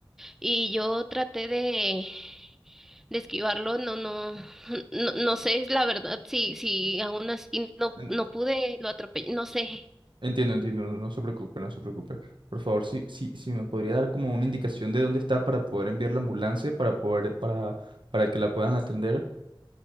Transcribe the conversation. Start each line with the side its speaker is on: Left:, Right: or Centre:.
Centre: Y yo traté de, de esquivarlo, no, no, no, no sé, es la verdad, si, si aún así no,
Right: En-
Centre: no pude, lo atropellé, no sé.
Right: Entiendo, entiendo, no, no se preocupe, no se preocupe. Por favor, si, si, si me podría dar como una indicación de dónde está para poder enviar la ambulancia, para poder, para, para que la puedan atender.